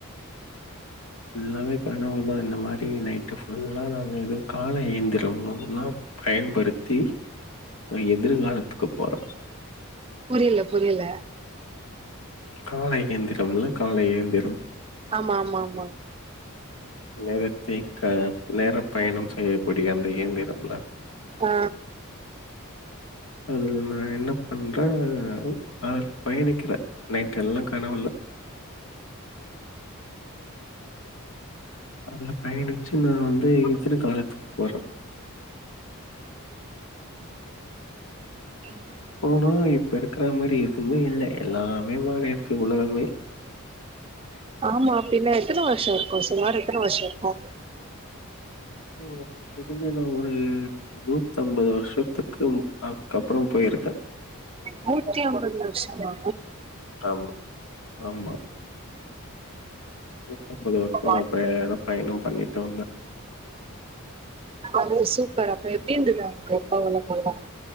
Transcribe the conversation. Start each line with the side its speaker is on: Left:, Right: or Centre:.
Left: எல்லாமே கனவுதா இந்த மாரி நைட்டு ஃபுல்லா நா ஏதோ காலை ஏந்திரோம் அதுனா பயன்படுத்தி நா எதிர்காலத்துக்கு போறே
Right: புரியல புரியல
Left: காலை இயந்திரம் இல்ல காலை இயந்திரம்
Right: ஆமா ஆமா ஆமா
Left: நேரத்தை க நேர பயணம் செய்யக்கூடிய அந்த இயந்திரம்ல
Right: ஆ
Left: அதுல நா என்ன பண்றே அதுல பயணிக்கிறே நைட் எல்லா கனவுல அதுல பயணிச்சு நா வந்து எதிர் காலத்துக்கு போறே
Right: அ
Left: போனா இப்ப இருக்கற மாரி எதுமே இல்ல எல்லாமே மாரி இருக்கு உலகமே
Right: ஆமா பின்ன எத்தன வர்ஷோ இருக்கு சுமார் எத்தன வர்ஷோ இருக்கு
Left: <inaudible> ஒரு நூத்தம்பது வருஷத்துக்கு அப் கப்பறம் போயிருக்
Right: நூத்தி அம்பது வர்ஷமா
Left: ஆமா, ஆமா நூத்தம்பது வர்ஷோ
Right: ஆ
Left: நா பய பயணம் பண்ணிட்டு வந்தே
Right: அது சூப்பர் அப்ப எப்டி இருந்தது <inaudible> அப்ப உலகல்லா